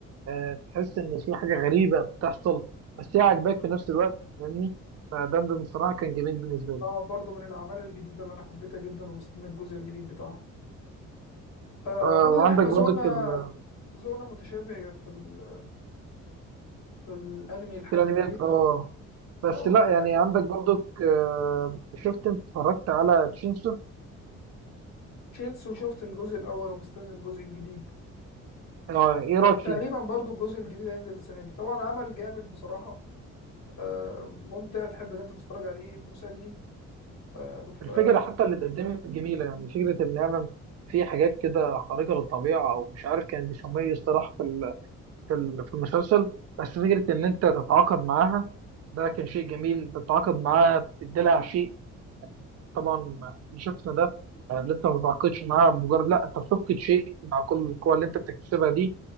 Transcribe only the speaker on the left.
اه برضو من الاعمال الجديدة اللي انا حبيتها جدا ومستني الجزء الجديد بتاعها فاعتقد
ان
احنا ذوقنا
ذوقنا متشابه في ال... في الانمي لحد
كبير
اه
يعني
شينسو شفت الجزء الاول ومستني الجزء الجديد
آه،
تقريبا
برضو الجزء الجديد هينزل السنة دي طبعا عمل جامد بصراحة آه، ممتع تحب ان انت تتفرج عليه مسلي آه، ف